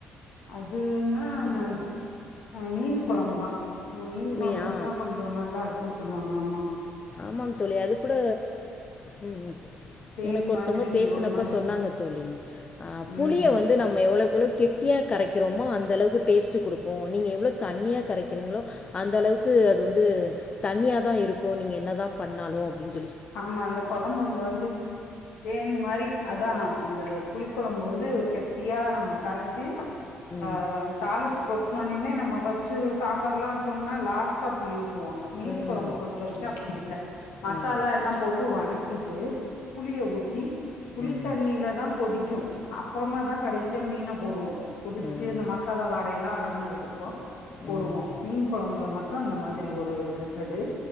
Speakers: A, on the left; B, on the left.
A: அதுனா நா மீன் கொழம்புதான் நா.. மீன் கொழம்
B: மீயா
A: வச்ச கொஞ்சம் நல்லா இருக்கும் சொல்வாங்க ஆமா
B: ஆமாங் தோழி அது கூட உம்
A: தேன்
B: எனக்கு ஒருத்தவங்க
A: மாதிரி
B: பேசனப்ப
A: ஒரு மாதிரி
B: சொன்னாங்க தோழி ஆ புளிய
A: ம்
B: வந்து நம்ம எவ்ளோக்கேவ்ளோ கெட்டியா கரைக்கிறோமோ அந்த அளவுக்கு டேஸ்ட்டு கொடுக்கும் நீங்க எவ்வளோ தண்ணியா கரக்கிறீங்களோ அந்த அளவுக்கு அது வந்து தண்ணியா தான் இருக்கும் நீங்க என்னதான் பண்ணாலும் அப்டின்னு
A: ஆமா அந்த கொழம்பு வந்து தேன் மாரி ஆ... அந்த புளி கொழம்பு வந்து கெட்டியா நம்ம கரச்சு ஆ..
B: ம்
A: தாலுச்சு <unintelligible> நம்ம ஃபர்ஸ்ட் சாம்பார்லாம் வச்சோம்னா லாஸ்ட புளி. மீன்
B: ம்
A: கொழம்பு பொறுத்த வரைக்கும் அப்டி இல்ல
B: ம் ம்
A: அவ்ளோ எல்லாம் போட்டுவல வணக்கி டு.. புளிய ஊத்தி புளி
B: ம்
A: தண்ணில தான் கொதிக்கும் அப்றமா தான் கடைசியா மீன போடுவோம் கொதிச்சு
B: ம்
A: இந்த மசாலா வாடையெல்லாம் அடங்கனதுக்கு அப்றோம் போடுவோம்
B: ம் ம்
A: மீன் கொழம்புல மட்டும் அந்த மாதிரி ஒரு கச்சடு